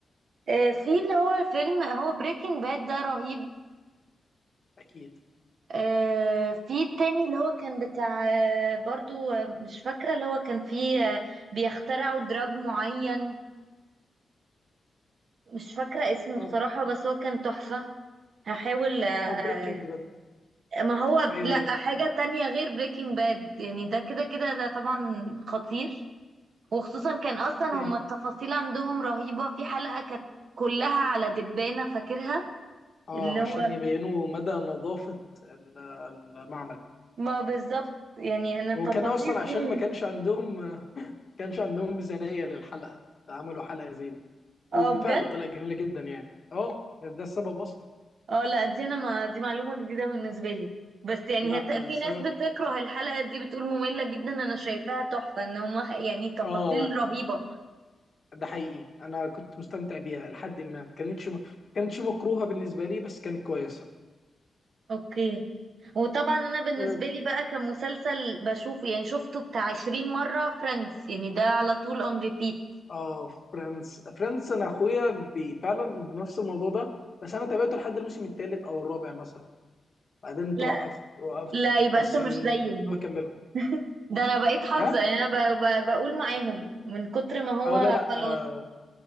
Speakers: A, on the right (about 60°); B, on the left (about 35°).
A: آه في اللي هو فيلم هو بريكنج باد ده رهيب
B: اكيد
A: آه في التاني اللي هو كان بتاع آه برضو آه، مش فاكرة اللي هو كان فيه آه بيخترعوا دراج معين مش فاكرة اسمه
B: طب
A: بصراحة بس هو كان تحفة هحاول آه،
B: طب بريكنج باد
A: ما هو
B: ايوه
A: لا
B: ايوه
A: حاجة تانية غير بريكنج باد يعني ده كده كده ده طبعا خطير وخصوصا كان اصلا هما
B: اوكي
A: التفاصيل عندهم رهيبة في حلقة كانت كلها على دبانة فاكرها
B: اه
A: اللي
B: عشان
A: هو
B: يبينوا مدى نظافه ال- المعمل
A: ما بالظبط يعني انا التفاصيل
B: هو كان اصلا عشان
A: دي
B: ما كانش عندهم ما كانش عندهم ميزانيه للحلقه فعملوا حلقه زي دي وبالفعل
A: اه بجد
B: طلعت جميله جدا يعني اه ده السبب اصلا
A: اه لا دي انا ما دي معلومة جديدة بالنسبة لي بس يعني
B: لا
A: هت... في
B: السبب
A: ناس بتكره الحلقة دي بتقول مملة جدا انا شايفاها تحفة ان هما يعني تفاصيل
B: اه
A: رهيبة
B: ده حقيقي انا كنت مستمتع بيها لحد ما ما كانتش ما كانتش مكروهه بالنسبه لي بس كانت كويسه
A: اوكي وطبعا انا بالنسبه
B: اه
A: لي بقى كمسلسل بشوفه يعني شفته بتاع 20 مره فريندز يعني ده على طول اون ريبيت
B: آه، فريندز فريندز انا اخويا بي- فعلا بنفس الموضوع ده بس انا تابعته لحد الموسم الثالث او الرابع مثلا بعدين
A: لا
B: توقفت وقفته
A: لا يبقى
B: بس
A: انت مش
B: يعني
A: زيي
B: هو كمله
A: <laughs> ده انا بقيت حافظه
B: ها
A: يعني انا ب- ب- بقول معاهم من كتر ما هو
B: اه لا لا
A: خلاص
B: آه